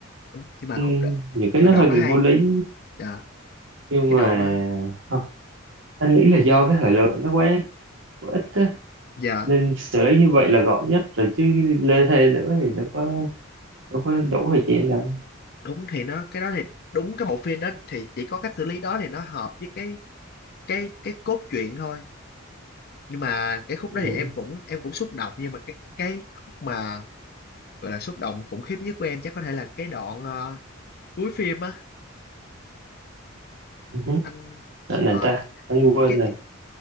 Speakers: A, on the left (about 50°); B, on the right (about 65°).
A: đúng nhưng mà
B: ừ.
A: khúc đó
B: nhiều cái
A: nhưng mà
B: nó
A: đoạn
B: hơi bị
A: đó hay
B: vô lý
A: dạ
B: nhưng
A: cái
B: mà
A: đoạn đó
B: không, anh nghĩ là do cái thời lượng nó quá quá ít á
A: dạ
B: nên xử lý như vậy là gọn nhất rồi chứ lê thê nữa thì đâu có đâu có đủ thời gian đâu
A: đúng thì nó cái đó thì đúng cái bộ phim đó thì chỉ có cách xử lý đó thì nó hợp với cái cái cái cốt truyện thôi nhưng mà cái khúc
B: ừ.
A: đó thì em cũng em cũng xúc động nhưng mà cái cái khúc mà gọi là xúc động khủng khiếp nhất của em chắc có thể là cái đoạn ờ, cuối phim á
B: Ừ. hứ.
A: anh
B: này
A: ờ,
B: ta anh quên
A: cái
B: rồi